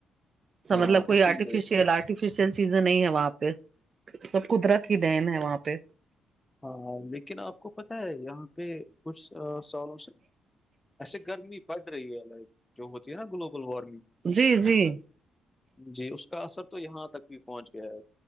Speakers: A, on the right (about 40°); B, on the left (about 15°).
A: س
B: ہاں
A: مطلب کوئی
B: اسی
A: آرٹیف
B: لیے
A: یہ آرٹیفیشل چیزیں نہیں ہے وہاں پہ سب قدرت کی دین ہے وہاں پہ
B: ہاں لیکن آپ کو پتا ہے یہاں پہ کچھ آ سالوں سے ایسے گرمی بڑھ رہی ہے لائک جو ہوتی ہے ناں گلوبل وارمنگ
A: جی جی
B: جی اس کا اثر تو یہاں تک بھی پہنچ گیا ہے